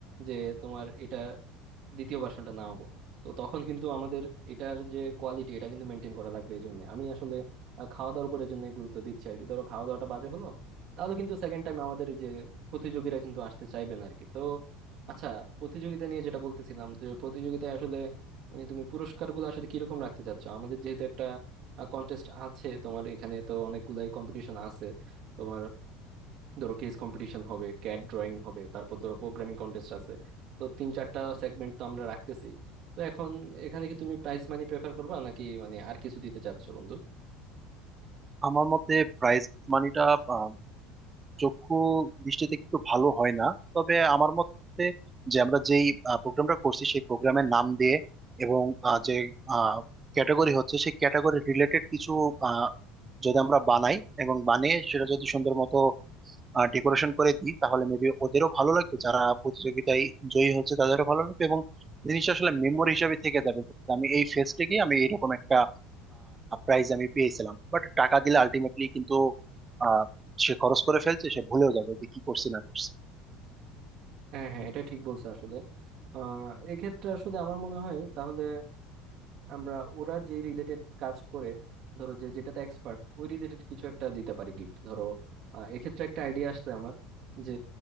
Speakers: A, on the right; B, on the right.
A: যে তোমার এটা দ্বিতীয় ভার্সনটা না হবো তো তখন কিন্তু আমাদের এটার যে কোয়ালিটি এটা কিন্তু মেনটেন করা লাগবে এই জন্য আমি আসলে আহ, খাওয়া দাওয়ার উপর এই জন্য গুরুত্ব দিচ্ছি আর কি ধরো খাওয়া দাওয়াটা বাজে হলো তাহলে কিন্তু সেকেন্ড টাইম আমাদের এই যে প্রতিযোগীরা কিন্তু আসতে চাইবে না আর কি তো আচ্ছা প্রতিযোগিতা নিয়ে যেটা বলতেছিলাম যে প্রতিযোগিতায় আসলে মানে তুমি পুরস্কার গুলো আসলে কিরকম রাখতে চাচ্ছ আমাদের যেহেতু একটা কন্টেস্ট আছে তোমার এখানে তো অনেকগুলাই কম্পিটিশন আছে তোমার ধরো কেস কম্পিটিশন হবে ক্যাড ড্রয়িং হবে তারপর ধরো প্রোগ্রামিং কন্টেস্ট আছে তো তিন চারটা সেগমেন্ট তো আমরা রাখতেছি তো এখন এখানে কি তুমি প্রাইজ মানি প্রেফার করবা নাকি মানে আর কিছু দিতে চাচ্ছো বন্ধু
B: আমার মতে প্রাইস মানিটা আহ, চক্ষু দৃষ্টিতে একটু ভালো হয় না তবে আমার মতে যে আমরা যেই প্রোগ্রামটা করছি সেই প্রোগ্রামের নাম দিয়ে এবং আহ, যে ক্যাটাগরি হচ্ছে সেই ক্যাটাগরি রিলেটেড কিছু আহ, যদি আমরা বানাই এবং বানিয়ে সেটা যদি সুন্দর মতো ডেকোরেশন করে দিই তাহলে মেবি ওদেরও ভালো লাগবে যারা প্রতিযোগিতায় জয়ী হচ্ছে তাদেরও ভালো লাগবে এবং জিনিসটা আসলে মেমোরি হিসাবে থেকে যাবে যে আমি এই ফেস্টে গিয়ে আমি এরকম একটা প্রাইজ আমি পেয়েছিলাম বাট টাকা দিলে আলটিমেটলি কিন্তু আহ সে খরচ করে ফেলছে সে ভুলেও যাবে যে কি করছি না করছি
A: হ্যাঁ হ্যাঁ এটা ঠিক বলছো আসলে আহ এক্ষেত্রে আসলে আমার মনে হয় তাহলে আমরা ওরা যে রিলেটেড কাজ করে ধরো যে যেটাতে এক্সপার্ট ওই রিলেটেড কিছু একটা দিতে পারি গিফট ধরো আহ, এক্ষেত্রে একটা আইডিয়া আসছে আমার যে